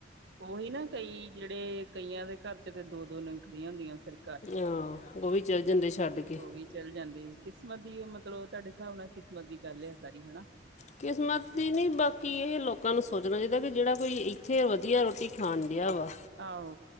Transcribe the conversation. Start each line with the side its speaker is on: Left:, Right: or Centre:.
Right: ਉਹੀ ਨਾ ਕਈ ਜਿਹੜੇ ਕਈਆਂ ਦੇ ਘਰ ਚ ਦੋ-ਦੋ ਨਿੰਕਦੀਆਂ ਹੁੰਦੀਆਂ ਸਰ-
Left: ਆਹ ਉਹ ਵੀ ਚ ਜਾਂਦੇ ਛੱਡ- ਕੇ
Right: ਹੋ ਵੀ ਚੱਲ ਜਾਂਦੇ ਕਿਸਮਤ ਦੀ ਮਤਲਬ ਤੁਹਾਡੇ ਹਿਸਾਬ ਨਾਲ ਕਿਸਮਤ ਦੀ ਗੱਲ ਹੈ ਸਾਰੀ ਹਨਾ।
Left: ਕਿਸਮਤ ਦੀ ਨਹੀਂ ਬਾਕੀ ਇਹ ਲੋਕਾਂ ਨੂੰ ਸੋਚਣਾ ਚਾਹੀਦਾ ਕਿ ਜਿਹੜਾ ਕੋਈ ਇੱਥੇ ਵਧੀਆ ਰੋਟੀ ਖਾਣ ਡਿਆ ਵਾ-
Right: ਆਹੋ।